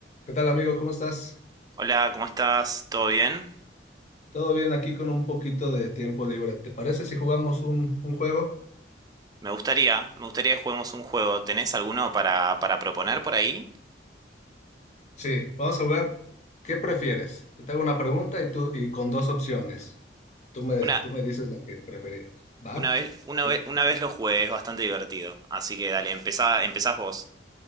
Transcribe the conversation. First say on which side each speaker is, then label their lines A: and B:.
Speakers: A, on the left (about 40°); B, on the right (about 20°).
A: ¿Qué tal, amigo? ¿Cómo estás?
B: Hola, ¿cómo estás? ¿Todo bien?
A: ¿Todo bien aquí con un poquito de tiempo libre? ¿Te parece si jugamos un, un juego?
B: Me gustaría, me gustaría que juguemos un juego. ¿Tenés alguno para, para proponer por ahí?
A: Sí, vamos a jugar. ¿Qué prefieres? Yo Te hago una pregunta y tú y con dos opciones. Tú me,
B: Una,
A: tú me dices la que preferías. ¿Va?
B: una vez, una
A: Pues,
B: vez, una vez lo jugué, es bastante divertido. Así que dale, empezá, empezás vos.